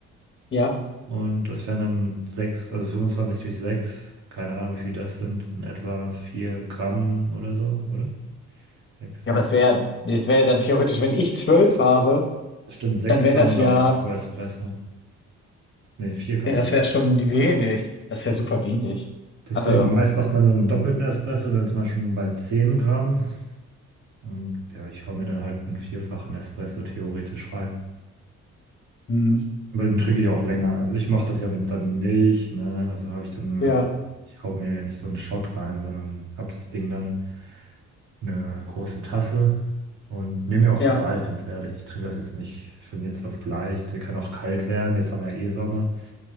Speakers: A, on the left; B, on the right.
A: Ja?
B: Und das wären dann 6, also 25 durch 6. keine Ahnung, wie viel das sind, in etwa 4 Gramm oder so, oder? 6.
A: Ja, was wäre das wäre dann theoretisch, wenn ich 12 habe,
B: stimmt, sechs
A: dann wäre
B: Gramm,
A: das ja
B: glaube ich, pro Espresso. Nee, 4 Gramm
A: ja, das
B: pro
A: wäre
B: Espresso.
A: schon die wenig. Das wäre super wenig.
B: Deswegen,
A: Also,
B: meist macht man so einen doppelten Espresso, dann ist man schon bei 10 Gramm. Und ja, ich hau mir dann halt einen vierfachen Espresso theoretisch rein.
A: mhm.
B: Aber den trinke ich auch länger. Also ich mache das ja mit dann Milch, ne? Also habe ich dann,
A: Ja,
B: ich hau mir ja nicht so einen Shot rein, sondern habe das Ding dann in einer großen Tasse und nehme mir auch
A: ja,
B: Zeit, ganz ehrlich. Ich trinke das jetzt nicht von jetzt auf gleich. Der kann auch kalt werden. Jetzt haben wir ja eh Sommer.